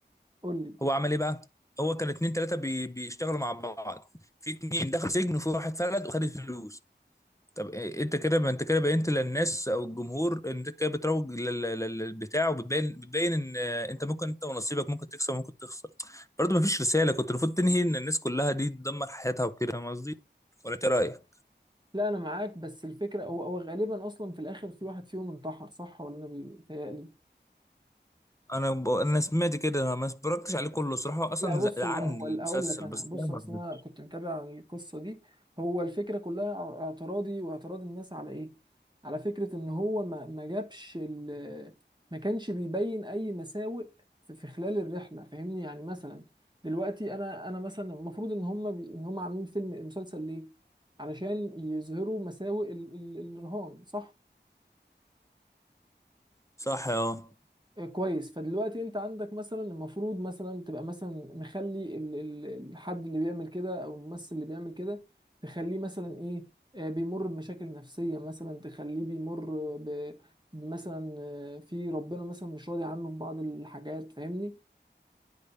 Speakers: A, on the right; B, on the left.
A: قول لي
B: هو عمل ايه بقى هو كان اتنين تلاته بي بيشتغلوا مع بعض في اتنين دخل سجن وفي واحد فلت وخد الفلوس طب إيه- انت كده انت كده بينت للناس او الجمهور ان انت كده بتروج لل- لل- للبتاع وبتبين بتبين ان آه، انت ممكن انت ونصيبك ممكن تكسب وممكن تخسر برضه مفيش رساله كنت المفروض تنهي ان الناس كلها دي تدمر حياتها وكده فاهم قصدي ولا انت إيه رايك
A: لا انا معاك بس الفكره هو هو غالبا اصلا في الاخر في واحد فيهم انتحر صح ولا انا بيتهيألي
B: انا ب... انا سمعت كده انا ما اتفرجتش عليه كله صراحه هو اصلا
A: لا بص
B: زعلان
A: هو هو
B: المسلسل
A: ال- هقول لك انا
B: بس
A: بص
B: أنا ما
A: اصل
B: رضيتش.
A: انا كنت متابع القصه دي هو الفكره كلها ع- اعتراضي واعتراض الناس على ايه على فكره ان هو ما ما جابش ال ما كانش بيبين اي مساوئ في في خلال الرحله فاهمني يعني مثلا دلوقتي انا انا مثلا المفروض ان هم بي ان هم عاملين فيلم مسلسل ليه علشان يظهروا مساوئ ال- ال- الرهان صح
B: صح اه
A: كويس فدلوقتي انت عندك مثلا المفروض مثلا تبقى مثلا مخلي ال- ال- الحد اللي بيعمل كده او الممثل اللي بيعمل كده تخليه مثلا ايه آه، بيمر بمشاكل نفسية مثلا تخليه بيمر ب- بمثلا آه، في ربنا مثلا مش راضي عنه في بعض الحاجات فاهمني